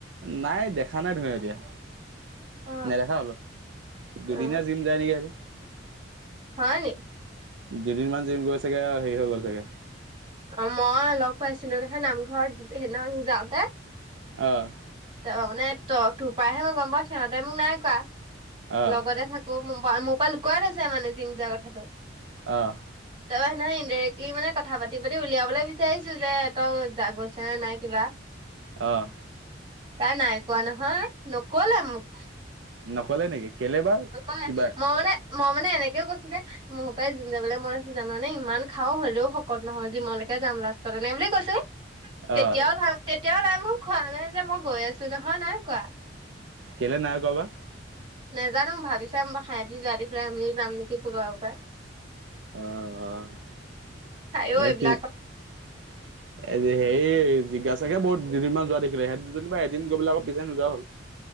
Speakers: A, on the right (about 75°); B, on the right (about 25°).
A: নাই দেখা নাই ধুৰি এতিয়া
B: অ
A: নেদেখা হলো দুদিনাীয়া
B: অ অ
A: যি জানিৰে
B: হয় নি
A: দুদিনমান জিম গৈ চাগৈ আৰু হেৰি হৈ গ'ল চাগৈ
B: অ মই লগ পাইছিলো নামঘৰত সেইনা যাওঁতে।
A: অ
B: ত মানে ত তোৰ পৰাহে মই গম পাওঁ সিহঁতে মোক নাই কোৱা
A: অ',
B: লগতে থাক তোৰ ম মোৰ পৰা লুকুৱাই আছে মানে জিম যোৱা কথাটো
A: অঁ
B: তাৰ সেনেহয় ইনডাইৰেক্টলি মানে কথা পাতি পাতি উলিয়াবলৈ বিচাৰিছো যে তই জ গৈছে নে নাই কিবা
A: অঁ
B: তাই নাই কোৱা নহয় নকলে মোক
A: নকলে নেকি কেলে বা
B: ক
A: কিবা
B: মই মানে মই মানে এনেকেও কৈছো যে মোৰ পৰাই যিম যাবলৈ মই জানোনে ইমান খাও হলেও শকত নহয় যি মলৈকে যাম লাষ্টতে নাই বুলি কৈছো
A: আহ
B: তেতিয়াও তেতিয়াও তাই মোক খোৱা নাই যে মই গৈ আছো নহয় নাই কোৱা
A: কেলে নাই কৰা বা
B: নোজানো ভাবি চাম বাৰ খাহহতি যোৱা দেখিলে আমিয়ে যাম নেকি পাৰ পৰা
A: আহ অ
B: তাইও এইবিলাক
A: এতিয়া এ হেৰি জিগাছাগে বহুত দুদিনমান যোৱা দেখিলে সেই দুদী বা এদিন গৈবাক আক পিছোই নোযোৱা হল